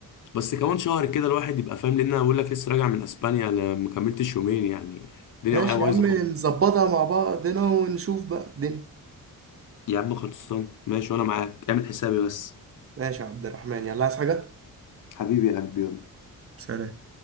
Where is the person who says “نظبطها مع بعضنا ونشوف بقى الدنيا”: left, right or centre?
Right